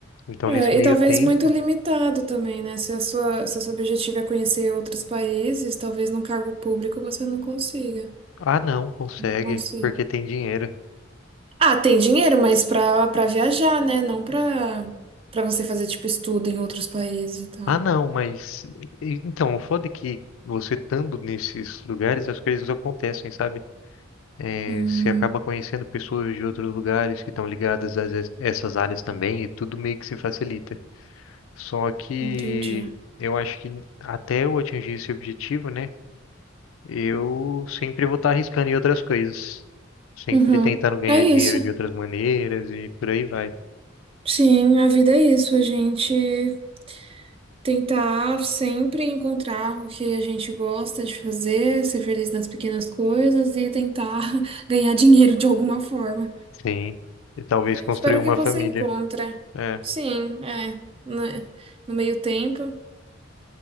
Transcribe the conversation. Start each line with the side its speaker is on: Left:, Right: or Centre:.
Left: Então,
Right: É,
Left: nesse meio
Right: e talvez
Left: tempo,
Right: muito limitado também, né? Se a sua, se o seu objetivo é conhecer outros países, talvez num cargo público você não consiga.
Left: ah, não, consegue,
Right: Não consiga.
Left: porque tem dinheiro.
Right: Ah, tem dinheiro, mas pra, pra viajar, né? Não pra, pra você fazer, tipo, estudo em outros países e tal.
Left: Ah, não, mas. e- Então, o foda é que você estando nesses lugares, as coisas acontecem, sabe? É,
Right: Hum,
Left: você acaba conhecendo pessoas de outros lugares que estão ligadas a es- essas áreas também, e tudo meio que se facilita. Só que
Right: entendi.
Left: eu acho que até eu atingir esse objetivo, né? Eu sempre vou estar arriscando em outras coisas. Sempre
Right: Uhum.
Left: tentando ganhar
Right: É isso.
Left: dinheiro de outras maneiras e por aí vai.
Right: Sim, a vida é isso. A gente Tentar sempre encontrar o que a gente gosta de fazer, ser feliz nas pequenas coisas e tentar <laughs> ganhar dinheiro de alguma forma.
Left: Sim. E talvez
Right: É,
Left: construir
Right: espero
Left: uma
Right: que você
Left: família.
Right: encontre.
Left: É,
Right: Sim, é. né, No meio tempo.